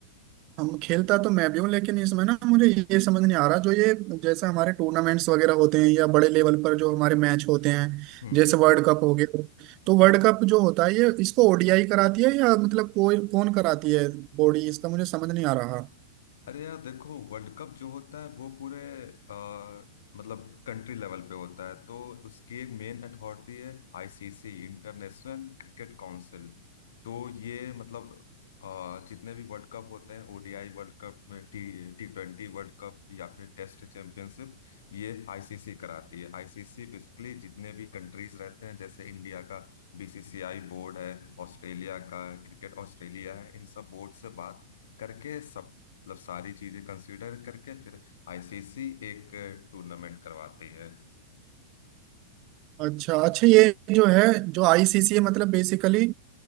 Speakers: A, on the right; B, on the left.
A: हम खेलता तो मैं भी हूँ लेकिन इसमें ना मुझे ये समझ नहीं आ रहा जो ये जैसे हमारे टूर्नामेंट्स वगैरह होते हैं या बड़े लेवल पर जो हमारे मैच होते हैं
B: हम्म
A: जैसे वर्ल्ड कप हो गया तो वर्ल्ड कप जो होता है ये इसको ओडीआई कराती है या मतलब कोई कौन कराती है बॉडी इसका मुझे समझ नहीं आ रहा
B: अरे यार देखो वर्ल्ड कप जो होता है वो पूरे अ, मतलब कंट्री लेवल पे होता है तो उसकी एक मेन अथॉरिटी है आईसीसी इंटरनेशनल क्रिकेट काउंसिल तो ये मतलब अ, जितने भी वर्ल्ड कप होते हैं ओडीआई वर्ल्ड कप में T T twenty world cup या फिर टेस्ट चैंपियनशिप ये आईसीसी कराती है आईसीसी बेसिकली जितने भी कंट्रीज रहते हैं जैसे इंडिया का बीसीसीआई बोर्ड है ऑस्ट्रेलिया का क्रिकेट ऑस्ट्रेलिया है इन सब बोर्ड से बात करके मतलब सारी चीजें कंसीडर करके फिर आईसीसी एक टूर्नामेंट करवाती है
A: अच्छा अच्छा ये जो है जो आईसीसी मतलब बेसिकली